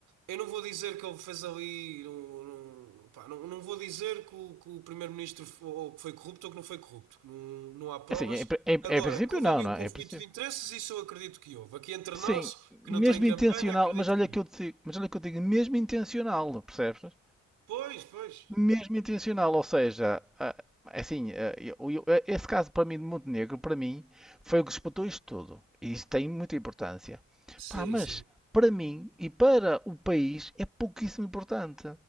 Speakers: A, on the right; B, in the centre.
A: Eu não vou dizer que ele fez ali. Não, não, pá, não, não vou dizer que o, que o primeiro-ministro f- ou que foi corrupto ou que não foi corrupto, que não, não há provas.
B: Assim, em, pri- em-
A: Agora,
B: em princípio
A: que houve
B: não,
A: ali
B: não
A: um
B: é?
A: conflito
B: Em princípio.
A: de interesses, isso eu acredito que houve. Aqui entre nós,
B: Sim, mesmo
A: que não estou em campanha,
B: intencional,
A: acredito
B: mas olha
A: que houve.
B: que eu te digo, mas olha que eu digo, mesmo intencional, percebes?
A: Pois, pois.
B: Mesmo intencional, ou seja, ah, é assim, ah, eu- eu- ah, esse caso para mim de Montenegro, para mim, foi o que disputou isto tudo. E isso tem muita importância.
A: Sim,
B: Pá, mas
A: sim.
B: para mim e para o país é pouquíssimo importante.